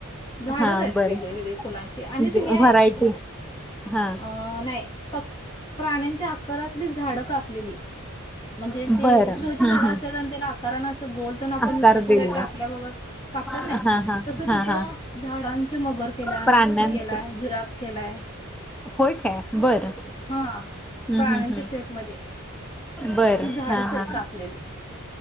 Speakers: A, on the left; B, in the centre.
A: झाडच
B: हा
A: आहेत
B: बरं
A: वेगळे वेगळे फुलांची आणि
B: म्हणजे
A: ते हे
B: व्हरायटी
A: आहे
B: हा
A: अ नाही. फक् प्राण्यांच्या आकारातली झाडं कापलेली. म्हणजे
B: बरं
A: ते शोची
B: हं
A: झाड
B: हं
A: असत आणि त्याला आकार अस गोल आपण
B: आकार
A: इकडच जाई
B: दिले
A: आपल्या बघत कापतात
B: हा
A: नाही
B: हा
A: तसं
B: हा
A: तिथं
B: हा
A: झाडांचे मगर केला
B: प्राण्यांच
A: हत्ती केलाय जिराब केलाय.
B: होय काय बरं
A: हा
B: हं
A: प्राणीच्या
B: हं हं
A: शेफ मध्ये.
B: बरं
A: ती झाडच
B: हा
A: आहे
B: हा
A: कापलेली